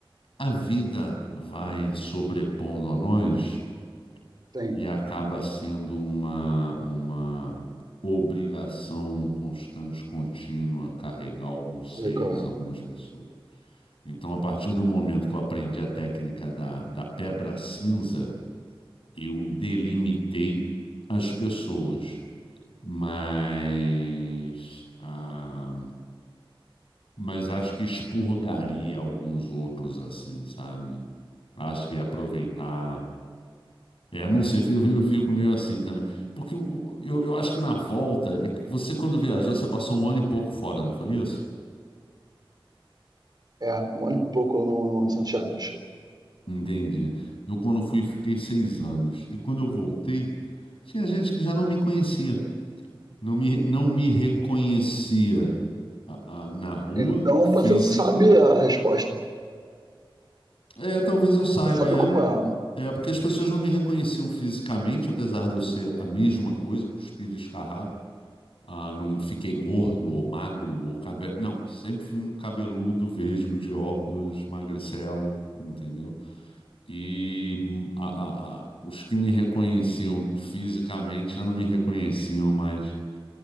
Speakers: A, on the left (about 75°); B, on the right (about 50°).
A: a vida vai sobrepondo a nós
B: Tem.
A: e acaba sendo uma, uma obrigação constante, contínua, carregar alguns
B: Sei
A: seres,
B: qual é.
A: algumas pessoas. Então, a partir do momento que eu aprendi a técnica da, da pedra cinza, eu delimitei as pessoas. mas ah, mas acho que expurgaria alguns outros assim, sabe? Acho que ia aproveitar. É, não sei, eu, eu fico meio assim também. Porque o- eu, eu acho que na volta, é que você quando viajou, você passou um ano e pouco fora, não foi isso?
B: É, um ano e pouco lá no, no Santiago do Chile.
A: Entendi. Eu quando fui, fiquei seis anos. E quando eu voltei, tinha gente que já não me conhecia. Não me, não me reconhecia ah, ah, na rua,
B: Então
A: física.
B: você sabe a resposta.
A: É, talvez eu saiba,
B: Você sabe
A: é.
B: como é.
A: É, porque as pessoas não me reconheciam fisicamente, apesar de eu ser a mesma coisa, cuspido e escarrado. Ah, não fiquei gordo ou magro ou cabelo. Não, sempre fui um cabeludo, vesgo, de óculos, magricelo, entendeu? E hum, a- a- a- os que me reconheciam fisicamente já não me reconheciam mais